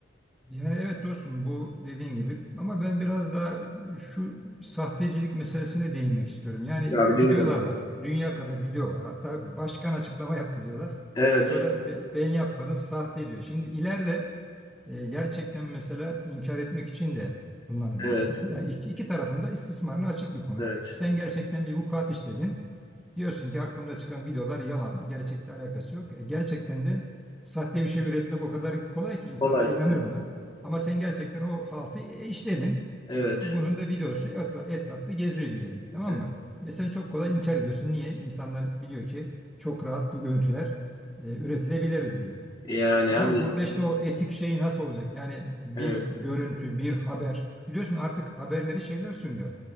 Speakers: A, in the centre; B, on the left.
A: Yani evet dostum bu dediğin gibi ama ben biraz daha şu sahtecilik meselesine değinmek istiyorum. Yani
B: Abi
A: videolar
B: dinliyorum.
A: var. Dünya kadar video var. Hatta başkan açıklama yaptı diyorlar.
B: Evet,
A: Sonra be- ben yapmadım sahte diyor. Şimdi ileride e, gerçekten mesela inkar etmek için de kullanabilir.
B: evet.
A: İstismar, iki, iki tarafın da istismarına açık bir konu.
B: Evet.
A: Sen gerçekten bir vukuat işledin. Diyorsun ki hakkımda çıkan videolar yalan, gerçekle alakası yok. E, gerçekten de sahte bir şey üretmek o kadar kolay ki insanlar
B: Kolay.
A: inanır buna. Ama sen gerçekten o haltı e, işledin.
B: Evet.
A: Bunun da videosu etra- etrafta geziyor diyelim, tamam
B: Evet.
A: mı? Ve sen çok kolay inkar ediyorsun. Niye? İnsanlar biliyor ki çok rahat bu görüntüler e, üretilebilir diye.
B: Yani
A: Ama
B: abi
A: burada işte o etik şey nasıl olacak? Yani bir
B: evet.
A: görüntü, bir haber. Biliyorsun artık haberleri şeyler sunuyor.